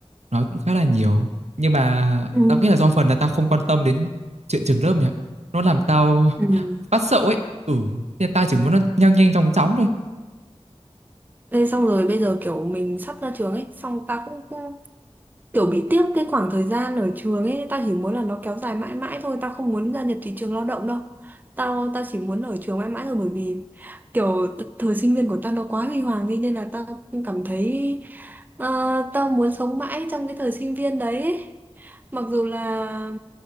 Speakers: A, on the right; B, on the right.
A: nói cũng khá là nhiều nhưng mà
B: Ừ.
A: tao nghĩ là do phần là tao không quan tâm đến chuyện trường lớp mày ạ nó làm tao
B: Ừ.
A: phát sợ ấy ừ nên tao chỉ muốn nó nhanh nhanh chóng chóng thôi
B: Thế xong rồi bây giờ kiểu mình sắp ra trường ấy, xong ta cũng kiểu bị tiếc cái khoảng thời gian ở trường ấy tao chỉ muốn là nó kéo dài mãi mãi thôi tao không muốn gia nhập thị trường lao động đâu tao tao chỉ muốn ở trường mãi mãi thôi bởi vì kiểu th- thời sinh viên của tao nó quá huy hoàng đi nên là tao cảm thấy ờ, tao muốn sống mãi trong cái thời sinh viên đấy ấy. mặc dù là